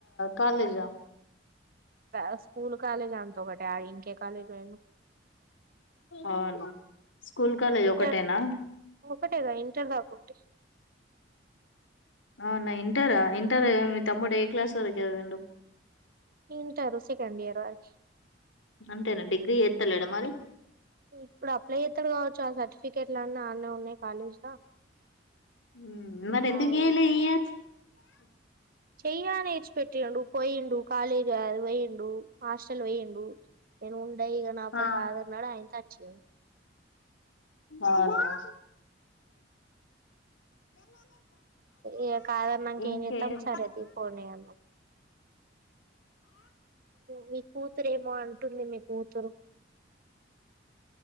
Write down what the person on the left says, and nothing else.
కాలేజా
అవునా స్కూల్ కాలేజ్
ఒకటేనా
అవునా ఇంటరా ఇంటర్ మీ తమ్ముడు ఏ క్లాస్ వరకు చదివిండు
అంతేనా డిగ్రీ ఎత్తలేడ మరి
ఉ మరి ఎందుకు
చేయాలే ఈ ఇయర్
ఆ
అనచ్చు
ఇంకేంటి